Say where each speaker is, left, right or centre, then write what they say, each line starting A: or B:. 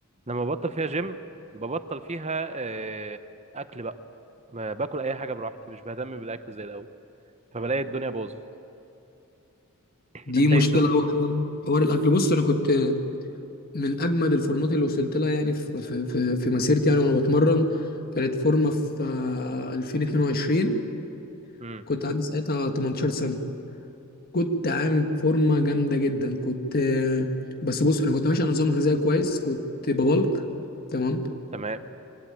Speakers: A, on the right (about 30°); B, on the left (about 45°).
A: لما ببطل فيها جيم ببطل فيها آه، اكل بقى ما باكل اي حاجه براحتي مش بهتم بالاكل زي الاول فبلاقي الدنيا باظت <laughs>
B: دي
A: انت ايه
B: مشكله
A: الدنيا
B: قوي حوار حوار الاكل بص انا كنت من اجمد الفورمات اللي وصلت لها يعني في في في, في مسيرتي يعني وانا بتمرن كانت فورمه في آه، 2022
A: امم
B: كنت عندي ساعتها 18 سنه كنت عامل فورمه جامده جدا كنت آه، بس بص انا كنت ماشي على نظام غذائي كويس كنت ببلك تمام
A: تمام